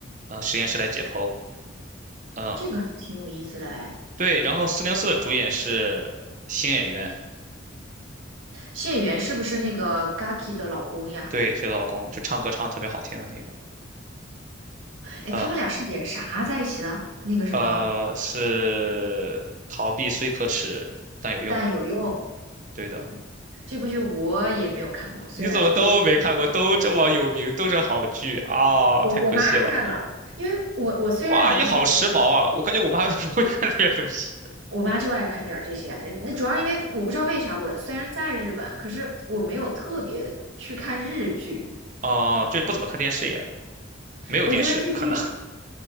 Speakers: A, on the right; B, on the right.
A: 呃实验室来解剖。呃，
B: 这个还挺有意思的哎。
A: 对，然后四零四的主演是新演员，
B: 谢元是不是那个 Gaki 的老公呀？
A: 对，是老公，就唱歌唱得特别好听的那个，
B: 哎，
A: 呃
B: 他们俩是演啥在一起的？那个什么，
A: 呃，是逃避虽可耻但有用，
B: 但有用，
A: 对的。
B: 嗯，这部剧我也没有看过，虽然非常，
A: 你怎么都没看过？都这么有名，都是好剧啊，
B: 我我妈看了，
A: 太可惜了。
B: 因为我我虽然人在日
A: 哇，阿姨好时髦啊！我感觉我妈 <laughs> 都不会看这些东西
B: 我妈就爱看点这些，那主要因为我不知道为啥，我虽然在日本，可是我没有特别去看日剧。
A: 啊，就不怎么看电视也，没有电视可能。
B: 我觉得日剧